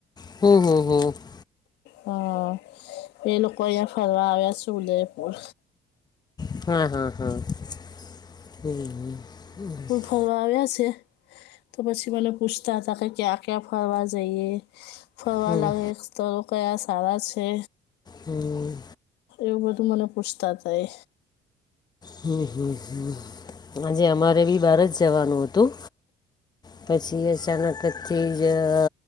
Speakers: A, on the left; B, on the left.
A: હમ હમ હ
B: હા એ લોકો અહંયા ફરવા આવ્યા છે ઉદયપુર
A: હા હા હા હ હ
B: હ આવ્યા છે તો પછી મને પૂછતા હતા કે ક્યાં ક્યાં ફરવા જઈએ ફરવા
A: હમ.
B: લાગે સ્તરો કયા સારા છે
A: હમ
B: એવું બધું મને પૂછતા તા એ
A: હમ હમ હમ આજે અમારે બી બહાર જ જવાનું હતું પછી અચાનક તેથી જ અ